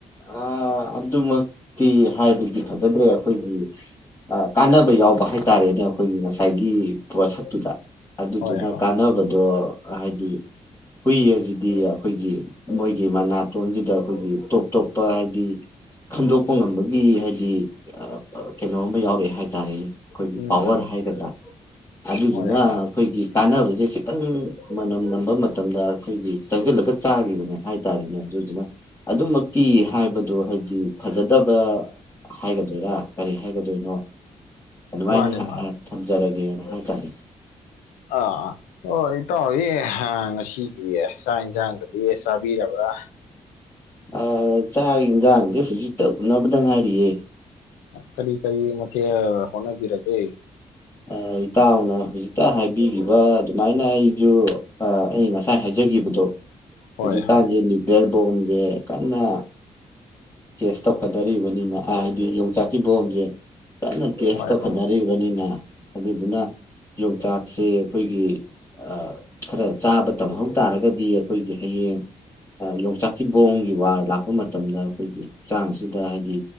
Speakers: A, on the left (about 20°); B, on the left (about 90°).
A: ꯑ ꯑꯗꯨꯃꯛꯇꯤ ꯍꯥꯏꯕꯗꯤ ꯐꯖꯗ꯭ꯔꯦ ꯑꯩꯈꯣꯏꯒꯤ ꯀꯥꯟꯅꯕ ꯌꯥꯎꯕ ꯍꯥꯏꯇꯥꯔꯦꯅꯦ ꯑꯩꯈꯣꯏꯒꯤ ꯉꯁꯥꯏꯒꯤ ꯄꯣꯠꯁꯛꯇꯨꯗ ꯑꯗꯨꯗꯨꯅ
B: ꯍꯣꯏ ꯍꯣꯏ
A: ꯀꯥꯟꯅꯕꯗꯣ ꯍꯥꯏꯗꯤ ꯍꯨꯏ ꯑꯖꯤꯗꯤ ꯑꯩꯈꯣꯏꯒꯤ ꯃꯣꯏꯒꯤ ꯃꯅꯥꯇꯣꯟꯁꯤꯗ ꯑꯩꯈꯣꯏꯒꯤ ꯇꯣꯞ ꯇꯣꯞꯄ ꯍꯥꯏꯗꯤ ꯈꯟꯗꯣꯛꯄ ꯉꯝꯕꯒꯤ ꯍꯥꯏꯗꯤ ꯑꯥ ꯑ ꯀꯩꯅꯣꯝꯒ ꯌꯥꯎꯔꯤ ꯍꯥꯏꯇꯥꯔꯦꯅꯦ ꯑꯩꯈꯣꯏꯒꯤ
B: ꯎꯝ
A: ꯄꯥꯋꯔ
B: ꯎꯝ
A: ꯍꯥꯏꯒꯗ꯭ꯔꯥ ꯑꯗꯨꯗꯨꯅ
B: ꯍꯣꯏ ꯍꯣꯏ
A: ꯑꯩꯈꯣꯏꯒꯤ ꯀꯥꯟꯅꯕꯁꯦ ꯈꯤꯇꯪ ꯃꯅꯝ ꯅꯝꯕ ꯃꯇꯝꯗ ꯑꯩꯈꯣꯏꯒꯤ ꯆꯪꯁꯤꯜꯂꯒ ꯆꯥꯒꯤꯕꯅꯦ ꯍꯥꯏ ꯇꯥꯔꯦꯅꯦ ꯑꯗꯨꯗꯨꯅ ꯑꯗꯨꯃꯛꯇꯤ ꯍꯥꯏꯕꯗꯣ ꯍꯥꯏꯕꯗꯤ ꯐꯖꯗꯕ ꯍꯥꯏꯒꯗꯣꯏꯔꯥ ꯀꯔꯤ ꯍꯥꯏꯒꯗꯣꯏꯅꯣ ꯑꯗꯨꯃꯥꯏꯅ
B: ꯃꯥꯅꯦ
A: ꯍꯥ
B: ꯃꯥꯅꯦ
A: ꯍꯥ ꯊꯝꯖꯔꯒꯦꯅ ꯍꯥꯏꯇꯥꯔꯦ
B: ꯑꯥ ꯑꯣ ꯏꯇꯥꯎꯗꯤ ꯉꯁꯤꯒꯤ ꯆꯥꯛ ꯏꯟꯁꯥꯡꯒꯥꯗꯤ ꯆꯥꯕꯤꯔꯕ꯭ꯔꯥ
A: ꯑꯧ ꯆꯥꯛ ꯏꯟꯖꯥꯡꯁꯦ ꯍꯨꯖꯤꯠꯇ ꯎꯅꯕꯗ ꯉꯥꯏꯔꯤꯌꯦ
B: ꯀꯔꯤ ꯀꯔꯤ ꯃꯊꯦꯜ ꯍꯣꯠꯅꯕꯤꯔꯒꯦ
A: ꯑ ꯏꯇꯥꯎꯅ ꯍꯧꯖꯤꯛꯇ ꯍꯥꯏꯕꯤꯒꯤꯕ ꯑꯗꯨꯃꯥꯏꯅ ꯑꯩꯖꯨ ꯑꯥ ꯑꯩ ꯉꯁꯥꯏ ꯍꯥꯏꯖꯒꯤꯕꯗꯣ ꯍꯧꯖꯤꯛꯀꯥꯟꯖꯦ
B: ꯍꯣꯏ ꯍꯣꯏ
A: ꯅ꯭ꯌꯨꯀ꯭ꯌꯔ ꯕꯣꯝꯖꯦ ꯀꯟꯅ ꯇꯦꯁ ꯇꯧꯈꯠꯅꯔꯤꯕꯅꯤꯅ ꯑꯥ ꯍꯥꯏꯗꯤ ꯌꯣꯡꯆꯥꯛꯀꯤ ꯕꯣꯝꯖꯦ ꯀꯟꯅ ꯇꯦꯁ
B: ꯍꯣꯏ
A: ꯇꯧꯈꯠꯅꯔꯤ
B: ꯍꯣꯏ
A: ꯕꯅꯤꯅ ꯑꯗꯨꯗꯨꯅ ꯌꯣꯡꯆꯥꯛꯁꯦ ꯑꯩꯈꯣꯏꯒꯤ ꯑ ꯈꯔ ꯆꯥꯕ ꯇꯝꯍꯧ ꯇꯥꯔꯒꯗꯤ ꯑꯩꯈꯣꯏꯒꯤ ꯍꯌꯦꯡ ꯑ ꯌꯣꯡꯆꯥꯛꯀꯤ ꯕꯣꯡꯒꯤ ꯋꯥꯔ ꯂꯥꯛꯄ ꯃꯇꯝꯗ ꯑꯩꯈꯣꯏꯒꯤ ꯆꯥꯡꯁꯤꯗ ꯍꯥꯏꯗꯤ